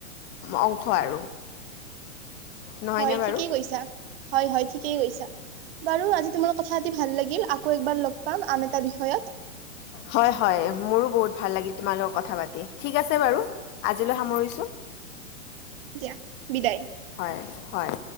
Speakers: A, on the left (about 25°); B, on the right (about 45°).
A: অ-অংশ আৰু। নহয়নে
B: হয়
A: বাৰু
B: ঠিকেই কৈছা! হয় হয় ঠিকেই কৈছা। বাৰু আজি তোমাৰ লগত কথা পাতি ভাল লাগিল, আকৌ একবাৰ লগ পাম আন এটা বিষয়ত।
A: হয় হয় মোৰো বহুত ভাল লাগিল তোমাৰ লগত কথা পাতি। ঠিক আছে বাৰু! আজিলৈ সামৰিছোঁ।
B: দিয়া বিদায়!
A: হয় হয়।